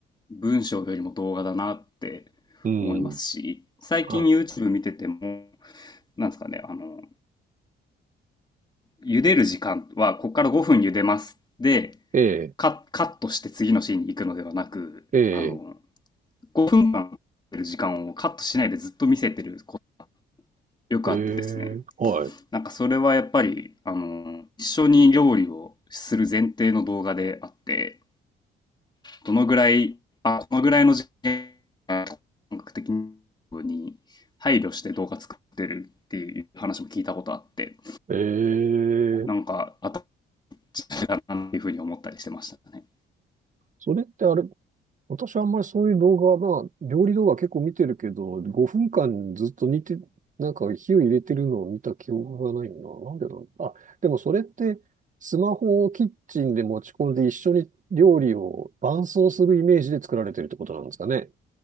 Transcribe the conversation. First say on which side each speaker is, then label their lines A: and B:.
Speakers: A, on the left; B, on the right.
A: 文章よりも動画だなって思いますし、
B: うん。
A: 最近
B: は
A: YouTube 見てても、なんですかね、あの、茹でる時間は、ここから5分茹でますで、
B: い。ええ、
A: カカットして次のシーンに行くのではなく、
B: ええ、
A: あの、5分間茹でる時間をカットしないでずっと見せてることよくあってですね、
B: ええ、は
A: なんかそれはやっぱり、あの、一緒に料理をする前提の動画であって、どのぐらい、あ、このぐらいの時間本格的に配慮して動画作ってるっていう話も聞いたことあって、
B: い。ええ。
A: なんかあったかなっていうふうに思ったりしてましたね。
B: それってあれ、私はあんまりそういう動画、まあ、料理動画結構見てるけど、5分間ずっと煮て、なんか火を入れてるのを見た記憶がないんだ。なんでだろう。あ、でもそれって、スマホをキッチンで持ち込んで一緒に料理を伴奏するイメージで作られてるってことなんですかね。